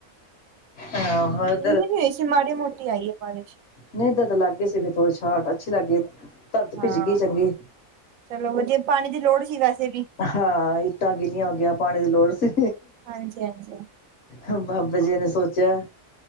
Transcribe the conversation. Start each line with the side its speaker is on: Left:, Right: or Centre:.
Left: ਹਾ।
Right: ਇੰਨੀੇ ਨੀ ਹੋਏ ਸੀ ਮਾੜ ਮੋਟੀ ਆਈਏ ਬਾਰਿਸ਼।
Left: ਨਹੀਂ ਤਾਂ ਲੱਗ ਗਏ ਸੀ, ਫਿਰ ਥੋੜ੍ਹੀ ਛਾਟ ਅੱਛੀ ਲੱਗ ਗਈ। ਧਰਤ
Right: ਹਾਂ
Left: ਭਿੱਜ ਗਈ ਚੰਗੀ
Right: ਚਲੋ ਵਧੀਆ ਪਾਣੀ ਦੀ ਲੋੜ ਸੀ ਵੈਸੇ ਵੀ।
Left: ਹਾਂ ਇੱਟਾਂ ਗਿੱਲੀਆਂ ਹੋਗੀਆਂ ਪਾਣੀ ਦੀ ਲੋੜ ਸੀ।
Right: ਹਾਂਜੀ-ਹਾਂਜੀ।
Left: ਬਾਬਾ ਜੀ ਨੇ ਸੋਚਿਆ,